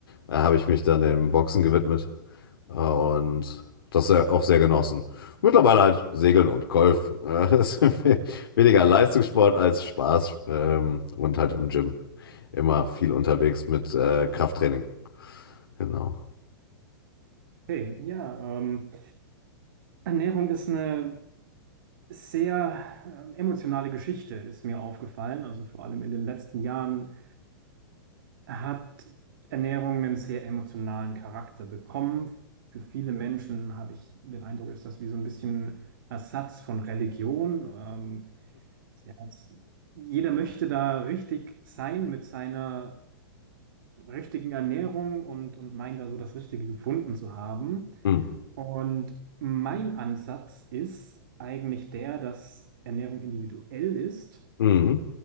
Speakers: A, on the left; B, on the right.
A: äh, habe ich mich dann dem Boxen gewidmet äh, und das sehr- auch sehr genossen. Mittlerweile halt Segeln und Golf. Äh, <laughs> das ist we- weniger Leistungssport als Spaß ähm, und halt im Gym. Immer viel unterwegs mit äh, Krafttraining. Genau.
B: Okay, ja, ähm, Ernährung ist eine sehr ähm, emotionale Geschichte, ist mir aufgefallen. Also vor allem in den letzten Jahren Hat Ernährung einen sehr emotionalen Charakter bekommen? Für viele Menschen habe ich den Eindruck, ist das wie so ein bisschen Ersatz von Religion. Ähm, sie hat's- jeder möchte da richtig sein mit seiner richtigen Ernährung und, und meint da so das Richtige gefunden zu haben.
A: Mhm.
B: Und mein Ansatz ist eigentlich der, dass Ernährung individuell ist.
A: Mhm.